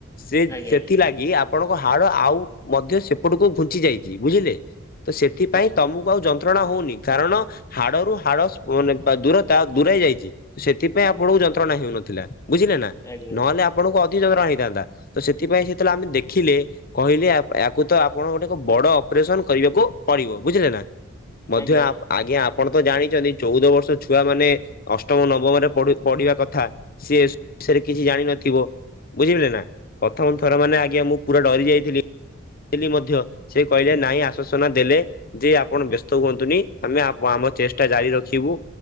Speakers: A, on the left; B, on the left.
A: ସେ
B: ଆଜ୍ଞା
A: ସେଥିଲାଗି ଆପଣଙ୍କ ହାଡ଼ ଆଉ ମଧ୍ୟ ସେପଟୁକୁ ଘୁଞ୍ଚି ଯାଇଚି। ବୁଝିଲେ? ତ ସେଥିପାଇଁ ତମୁକୁ ଆଉ ଯ ନ୍ତ୍ରଣା ହୋଉନି କାରଣ ହାଡ଼ରୁ ହାଡ଼ ସ୍ପୁନ୍ ରେ ଥିବା ଦୂରତା ଦୂରାଇ ଯାଇଚି। ସେଥିପାଇଁ ଆପଣଙ୍କୁ ଯନ୍ତ୍ରଣା ହେଉ ନଥିଲା। ବୁଝିଲେ ନାଁ?
B: ଆଜ୍ଞା
A: ନହେଲେ ଆପଣଙ୍କୁ ଅଧିକ ଯନ୍ତ୍ରଣା ହେଇଥାନ୍ତା ତ ସେଥିପାଇଁ ଯେତେଲେ ଆମେ ଦେଖିଲେ କହିଲି ଆ ୟାକୁ ତ ଆପଣ ଗୋଟେ କ ବଡ଼ ଅପରେସନ୍ କରିବାକୁ ପଡ଼ିବ ବୁଝିଲେ ନାଁ? ମଧ୍ୟ
B: ଆଜ୍ଞା
A: ଆ ଆଗିଆଁ ଆପଣ ତ ଜାଣିଚନ୍ତି ଚୋଉଦ ବର୍ଷ ଛୁଆ ମାନେ ଅଷ୍ଟମ ନବମରେ ପଢ଼ୁ ପଢ଼ିବା କଥା ସିଏ ଷେରେ କିଛି ଜାଣିନଥିବ ବୁଝିଲେ ନାଁ ପ୍ରଥମ ଥର ମାନେ ଆଜ୍ଞା ମୁଁ ପୁରା ଡରି ଯାଇଥିଲି। ହିଲି ମଧ୍ୟ ସେ କହିଲେ ନାଇଁ ଆଶ୍ଵସନା ଦେଲେ ଯେ ଆପଣ ବ୍ୟସ୍ତ ହୁଅନ୍ତୁନି ଆମେ ଆ ଗୁଆ ଆମ ଚେଷ୍ଟା ଜାରି ରଖିବୁ